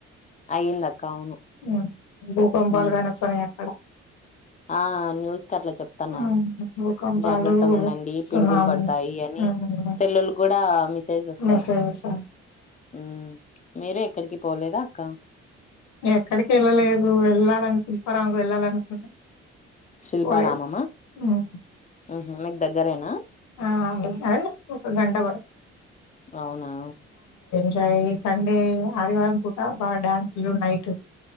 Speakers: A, on the left (about 25°); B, on the left (about 70°).
A: అయ్యిందక్క అవును
B: మ్ భూకంపాలు
A: ఉమ్
B: గాని వస్తనయి అక్కడ
A: ఆ న్యూస్ కట్లా చెప్తున్నారు
B: హ్మ్. భూకంపాలు
A: జాగ్రత్తగా ఉండండి
B: సునామీ
A: పిడుగులు పడుతాయని
B: హ్మ్.
A: సెళ్ళులకు కూడా మేసేజ్ వస్తాయి
B: మెసేజెస్
A: మ్ మీరు ఎక్కడికి పోలేద అక్క
B: ఎక్కడికి వెళ్ళలేదు వెళ్ళాలని శిల్పారామంకి వెళ్ళాలనుకున్నా
A: శిల్పారామమ
B: పోలేదు హ్మ్.
A: అహ మీకు దగ్గరేనా
B: ఆ ద్ అదే ఒక గంట పడ్
A: అవునా
B: ఇగ ఈ సండే ఆదివారం పుటా బాగా డ్యాన్స్ లు నైట్